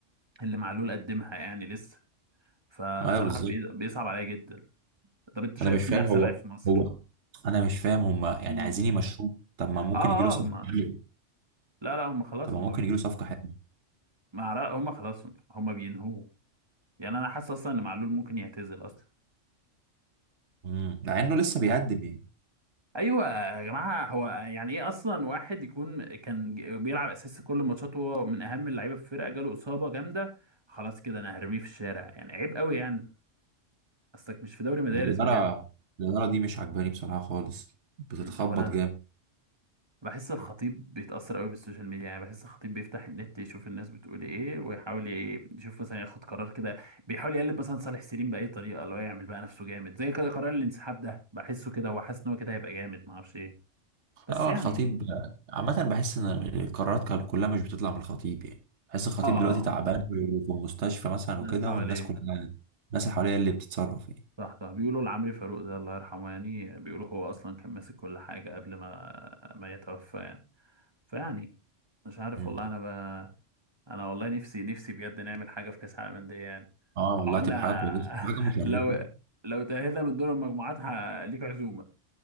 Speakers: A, on the right; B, on the right.
A: اللي معلول قدمها يعني لسه فبصراحة
B: ايوه بالظبط
A: بي- بيصعب عليا جدا طب انت شايف
B: انا مش فاهم
A: مين احسن
B: هو
A: لعيب في مصر؟
B: هو انا مش فاهم هم يعني
A: مم.
B: عايزين يمشوه طب ما ممكن
A: اه
B: يجي له صفقه
A: اه هما
B: حلوه
A: لا لا هما خلاص
B: طب ما
A: هما
B: ممكن
A: بي...
B: يجي له صفقه حلوه
A: ما عر- هما خلاص هما بينهوه يعني انا حاسس اصلا ان معلول ممكن يعتزل اصلا
B: امم مع انه لسه بيقدم يعني
A: ايوه يا جماعه هو يعني ايه اصلا واحد يكون كان ج- بيلعب اساسي كل الماتشات وهو من اهم اللعيبه في الفرقه جاله اصابه جامده خلاص كده انا هرميه في الشارع يعني عيب قوي يعني اصلك مش في دوري مدارس
B: الاداره
A: بجد
B: الاداره دي مش عجباني بصراحه خالص بتتخبط
A: م، اولا
B: جامد
A: بحس الخطيب بيتأثر قوي بالسوشيال ميديا يعني بحس الخطيب بيفتح النت يشوف الناس بتقول ايه ويحاول ايه يشوف مثلا ياخد قرار كده بيحاول يقلب مثلا صالح سليم بأي طريقة اللي هو يعمل بقى نفسه جامد زي كده قرار الانسحاب ده بحسه كده هو حاسس ان هو كده هيبقى جامد ما اعرفش ايه بس
B: اه
A: يعني
B: الخطيب عامه بحس ان القرارات كان- كلها مش بتطلع من الخطيب يعني بحس الخطيب
A: اه
B: دلوقتي تعبان وفي المستشفى مثلا
A: الناس
B: وكده
A: حواليه
B: والناس كلها الناس اللي حواليه اللي بتتصرف يعني
A: صح صح بيقولوا لعمرو فاروق ده الله يرحمه يعني بيقولوا هو اصلا كان ماسك كل حاجة قبل ما ما يتوفى يعني فيعني مش عارف
B: امم
A: والله انا بقى انا والله نفسي نفسي بجد نعمل حاجه في كاس العالم للانديه يعني
B: اه
A: لو
B: والله
A: عملنا
B: تبقى حاجه كويسه حاجه مشرفه
A: <laughs> لو لو تاهلنا من دور المجموعات ه- ليك عزومه